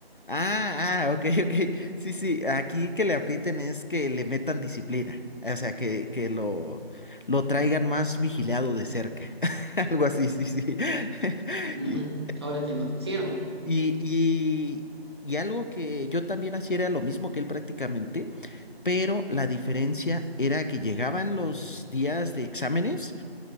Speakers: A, on the left; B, on the right.
A: Ah, ah, ok, ok. Sí, sí, aquí que le aprieten es que le metan disciplina. O sea, que, que lo, lo traigan más vigilado de cerca. <laughs> Algo así, sí, sí. <laughs>
B: Ujú,
A: Y,
B: Ahora entiendo. Sigue nomás.
A: y, y, y algo que yo también hacía era lo mismo que él prácticamente, pero la diferencia era que llegaban los días de exámenes